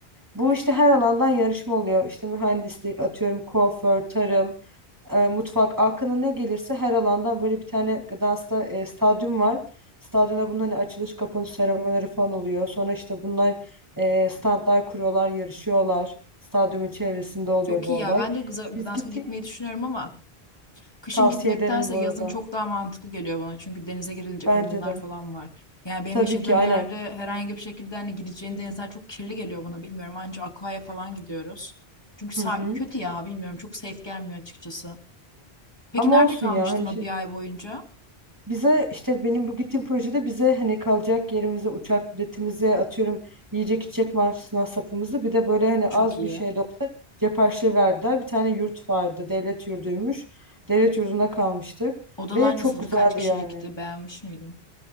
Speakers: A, on the right; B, on the left.
A: Bu işte her alandan yarışma oluyor. İşte mühendislik, atıyorum kuaför, tarım, e, mutfak aklına ne gelirse her alandan böyle bir tane gıda sta- e, stadyum var. Stadyumda bunun hani açılış kapanış seremonileri falan oluyor. Sonra işte bunlar e, standlar kuruyorlar, yarışıyorlar. Stadyumun çevresinde oluyor
B: Çok
A: bu
B: iyi
A: olay.
B: ya. Ben de Gza-
A: Biz
B: Gdansk'a
A: gittik.
B: gitmeyi düşünüyorum ama Kışın
A: Tavsiye
B: gitmektense
A: ederim bu
B: yazın
A: arada.
B: çok daha mantıklı geliyor bana. Çünkü denize girilecek
A: Bence
B: alanlar
A: de.
B: falan var. Yani benim
A: Tabii
B: yaşadığım
A: ki aynen.
B: yerde herhangi bir şekilde hani gireceğin denizler çok kirli geliyor bana bilmiyorum. Anca Aqua'ya falan gidiyoruz. Çünkü sa-
A: Hı hı.
B: kötü ya bilmiyorum çok safe gelmiyor açıkçası. Peki
A: Ama
B: nerede
A: olsun
B: kalmıştın
A: ya hani
B: o
A: şey.
B: bir ay boyunca?
A: Bize işte benim bu gittiğim projede bize hani kalacak yerimize, uçak biletimize atıyorum yiyecek içecek masrafımızı bir de böyle hani
B: Çok
A: az
B: iyi.
A: bir şey de olsa cep harçlığı verdiler. Bir tane yurt vardı devlet yurduymuş. Devlet yurdunda kalmıştık
B: Odalar
A: ve çok
B: nasıldı?
A: güzeldi
B: Kaç kişilikti?
A: yani.
B: Beğenmiş miydin?